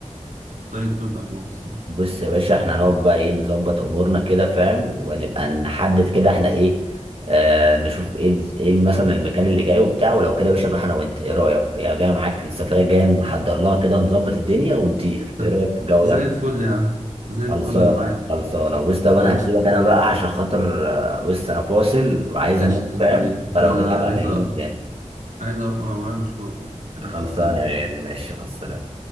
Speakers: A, on the right; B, on the right.
A: الصعيد دول بحبهم الصراحة
B: بص يا باشا احنا هنقعد بقى ايه نظبط امورنا كده فاهم ونبقى نحدد كده احنا ايه آه نشوف ايه ال- ايه ال- مثلا المكان اللي جاي وبتاع ولو كده يا باشا نروح انا وانت ايه رايك يا جاي معاك السفريه الجايه نحضر لها كده ونظبط الدنيا ونطير
A: طب
B: ايه رايك في الجو
A: زي
B: ده
A: الفل يا عم زي
B: خلصانه
A: الفل أنا معاك
B: خلصانه بص طب
A: قشطة
B: انا هسيبك انا بقى عشان خاطر آه، بص انا فاصل وعايز
A: قشطة
B: انام فاهم
A: حبيبي
B: فلو
A: أنا
B: كده هبقى
A: عايز
B: اكلمك
A: أ-
B: تاني
A: عايز أروح ورايا مشوار برضه ماشي
B: خلصانه
A: سلام
B: يا غالي ماشي مع السلامه